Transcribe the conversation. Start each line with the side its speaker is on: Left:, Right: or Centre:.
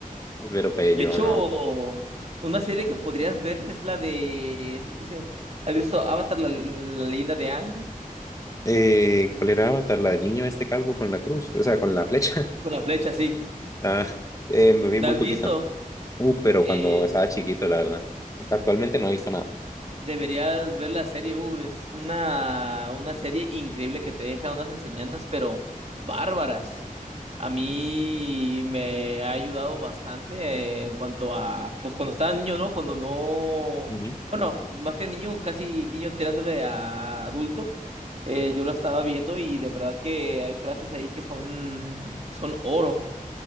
Left: Pero pues
Right: De
Left: yo
Right: hecho,
Left: no.
Right: una serie que podrías ver es la de, ¿cómo se dice? ¿has visto Avatar, la, la leyenda de Aang?
Left: Eh, ¿cuál era Avatar? La del niño este calvo con la cruz, o sea, con la flecha. <laughs>
Right: Con la flecha, sí.
Left: Ah, eh, me vi
Right: ¿La
Left: muy
Right: has
Left: poquito.
Right: visto?
Left: Uf, pero
Right: Eh,
Left: cuando estaba chiquito, la verdad. Actualmente no he visto nada.
Right: Deberías ver la serie, uh, es una, una serie increíble que te deja unas enseñanzas, pero bárbaras. A mí me ha ayudado bastante eh, en cuanto a, pues cuando estaba niño, ¿no? Cuando no,
Left: Ujú.
Right: bueno, más que niño, casi niño tirándole a adulto, eh, yo la estaba viendo y de verdad que hay frases ahí que son, que son oro.